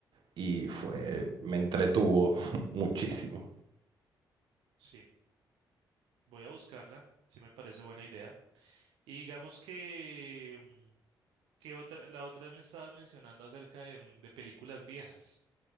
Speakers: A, on the right; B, on the right.
A: y fue, me entretuvo <laughs> muchísimo.
B: Sí, voy a buscarla, sí me parece buena idea. Y digamos que, mm, que otra, la otra me estabas mencionando acerca de, mm, de películas viejas,